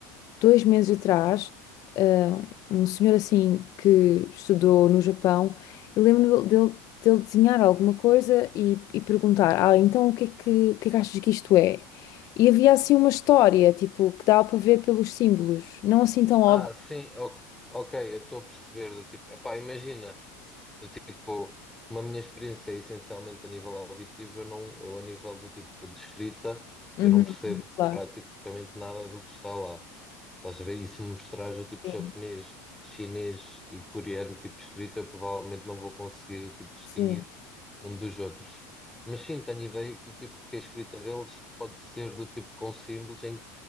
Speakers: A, on the left; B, in the centre.
A: dois meses atrás, ah, um senhor assim que estudou no Japão, e lembro-me dele, dele desenhar alguma coisa e, e perguntar: Ah, então o que é que, o que é que achas que isto é? E havia assim uma história, tipo, que dava para ver pelos símbolos. Não assim tão óbvio.
B: Ah, sim, o- ok, eu estou a perceber, do tipo, epá, imagina. Do tipo, uma minha experiência é essencialmente a nível auditivo, eu não, eu a nível do tipo de escrita,
A: Uhum,
B: eu não percebo
A: claro.
B: praticamente nada do que está lá. Estás a ver? E se me mostrares o tipo
A: Sim,
B: japonês, chinês e coreano, tipo escrita, eu provavelmente não vou conseguir tipo, distinguir
A: sim.
B: um dos outros. Mas sim, tenho ideia que, do tipo, que a escrita deles pode ser do tipo com símbolos, em que